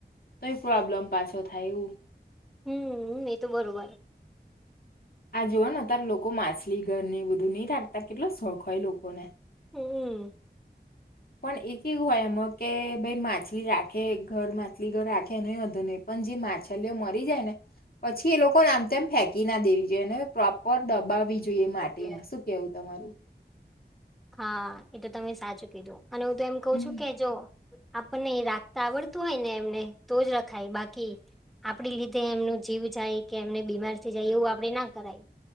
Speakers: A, on the left; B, in the centre.
A: તોય પ્રોબ્લેમ પાછો થાય એવું.
B: હમ્મ. એ તો બરોબર.
A: આ જોવોને અતારે લોકો માસલી ઘરને એવું બધું નહીં રાખતા કેટલો શોખ હોય એ લોકોને.
B: હમ્મ-અમ્મ.
A: પણ એક કેવું હોય એમાં કે ભઈ માછલી રાખે, ઘર માછલી ઘર રાખે એનાઈ વાંધો નહીં પન જે માછલીઓ મરી જાય ને પછી એ લોકોને આમતેમ ફેંકી ના દેવી જોઈએ. એને પ્રોપર દબાવી જ જોઈએ માટીમાં.
B: એ
A: શું કેવું તમારું?
B: હા. એ તો તમે સાચું કીધું. અને હું તો એમ કઉ
A: હમ,
B: છું કે જોવો આપણને ઈ રાખતા આવડતું હોય ને એમને તો જ રખાય. બાકી આપણી લીધે એમનું જીવ જાય કે એમને બીમાર થઈ જાય એવું આપડે ના કરાય.